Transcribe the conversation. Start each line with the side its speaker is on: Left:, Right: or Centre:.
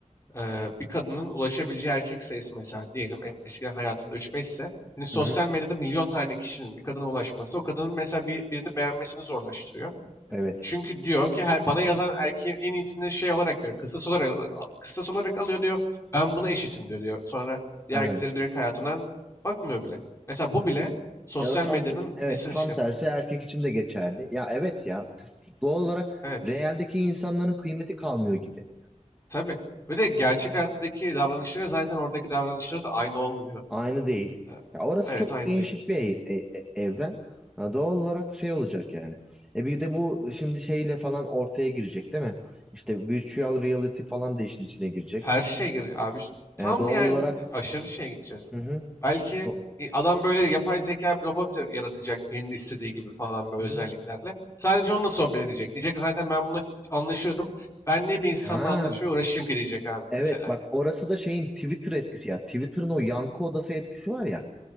Left: Eee, bir kadının ulaşabileceği erkek sayısı mesela diyelim eskiden hayatında üç 5 ise şimdi sosyal
Centre: Hı hı.
Left: medyada milyon tane kişinin bir kadına ulaşması o kadının mesela bir, birini beğenmesini zorlaştırıyor.
Centre: Evet.
Left: E, Çünkü diyor ki her, bana yazan erkeğin en iyisini şey olarak görüyor. Kıstas olarak, kıstas olarak alıyor diyor. Ben buna eşitim diyor diyor. Sonra diğer
Centre: Evet.
Left: erkeklerin direkt hayatından bakmıyor bile. Mesela bu bile sosyal
Centre: Ya da tam
Left: medyanın
Centre: evet
Left: insan
Centre: tam
Left: ilişkilerini.
Centre: tersi erkek için de geçerli. Ya evet ya doğal olarak
Left: Evet.
Centre: realdeki insanların kıymeti kalmıyor gibi.
Left: Tabii. Ve de gerçek hayattaki davranışları zaten oradaki davranışları da aynı olmuyor.
Centre: Aynı değil.
Left: Ee,
Centre: Ya orası
Left: Evet
Centre: çok
Left: aynı
Centre: değişik
Left: değil.
Centre: bir ev- e- e- evren. Ha, doğal olarak şey olacak yani. E bir de bu şimdi şeyle falan ortaya girecek değil mi? İşte virtual reality falan da işin içine girecek.
Left: Her şey gir abi. ş- Tam
Centre: E, doğal
Left: yani
Centre: olarak
Left: e, aşırı şeye gideceğiz.
Centre: hı hı.
Left: Belki
Centre: o
Left: i- adam böyle yapay zeka bir robot ya- yaratacak kendi istediği gibi falan böyle
Centre: Hı
Left: özelliklerle.
Centre: hı.
Left: Sadece onunla sohbet edecek. Diyecek zaten ben bununla anlaşıyorum. Ben niye bir insanla
Centre: Ha
Left: anlaşmaya uğraşayım ki diyecek abi
Centre: evet
Left: mesela yani.
Centre: bak orası da şeyin Twitter etkisi ya. Twitter'ın o yankı odası etkisi var ya.